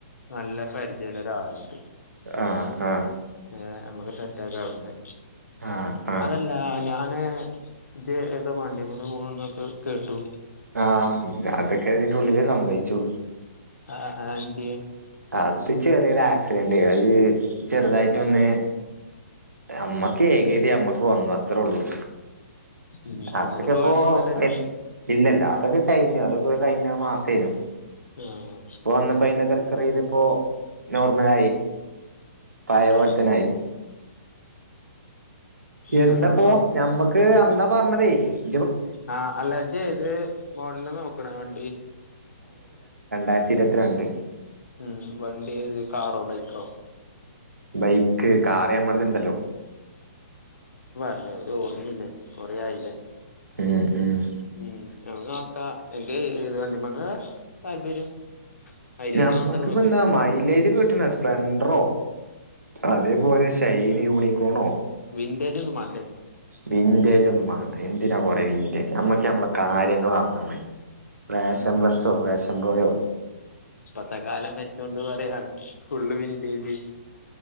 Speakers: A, on the left; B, on the right.
A: നല്ല- പരിചയമുള്ള ഒരു ആടത്
B: ആ ആ
A: ഏ നമ്മക്ക് സെറ്റാക്കാം അവിടുന്ന്
B: ആ ആ
A: അതല്ല ഞാ- പിന്നെ ഇജ് ഏതോ വണ്ടിമെന്ന് വീണുന്നൊക്കെ കേട്ടു
B: ആ അതൊക്കെ ഇതിന്റെ ഉള്ളില് സംഭവിച്ചു
A: ആ ആ എന്തിയെ
B: അത് ചെറിയൊരു ആക്സിഡന്റ് അത് ചെറുതായിട്ട് ഒന്ന് അമ്മക്ക് ഏകേതി അമ്മക്ക് വന്നു അത്രേ ഉള്ളു
A: ഉം
B: അതൊക്കെ
A: ന്നിട്ട്പ്പൊ
B: ഇപ്പോയില്ലല്ലോ
A: കൊഴപ്പൊന്നുല്ലല്ലോ
B: അതൊക്കെ കഴിഞ്ഞു അതൊക്കെ കഴിഞ്ഞ മാസേനു
A: ആഹ്
B: ഇപ്പൊ വന്നപ്പോ അയിന്നൊക്കെ റിക്കവറയ്ത് ഇപ്പൊ നോർമലായി പയേ
A: ആഹ്
B: പോലത്തന്നായി എന്താപ്പോ
A: ന്നട്ടപ്പൊ
B: ഞമ്മക്ക് അന്ന് പറ- ഞ്ഞതെയ് <unintelligible>
A: ആഹ് അല്ല ഇജ്ജ് ഇത് മോഡല് നോക്കണോ വണ്ടി
B: ആയിരത്തി ഇരുപത്തി രണ്ട്
A: ഉംമ് വണ്ടി ഏത് കാറോ ബൈക്കോ
B: ബൈക്ക് കാറ് ഞമ്മടടുത്ത് ഇണ്ടല്ലോ
A: ല്ലേ ഒര് ഓർമീല്ലേ കൊറേആയിലെ
B: ഇങ് ഇങ്
A: മ് ഞമ്മക്ക് നോക്ക അനക്ക് ഏത് വണ്ടിമക്കാ താല്പര്യം മൈലേജ്
B: ഞമ്മക്ക്പ്പെന്താ
A: മാത്രം നോക്കിയേ
B: എന്താ മൈലേജ് കിട്ടണ സ്പ്ലെൻണ്ടറോ അതേപോലെ ഷൈൻ യൂണിക്കോണോ
A: വിൻറേജ് ഒന്നും വാണ്ടേ
B: വിന്റേജ ഒന്നും വാണ്ട എന്തിനാ കൊറേ വിന്റേജ് നമ്മക്ക് നമ്മളെ കാര്യങ്ങള് നടന്നാ മതി. റേഷം
A: ഉം
B: ബസോ റേഷം റോയോ
A: ഇ കാലം വെച്ചോണ്ട് അ വരയാണ് ഫുള് വിൻഡേജി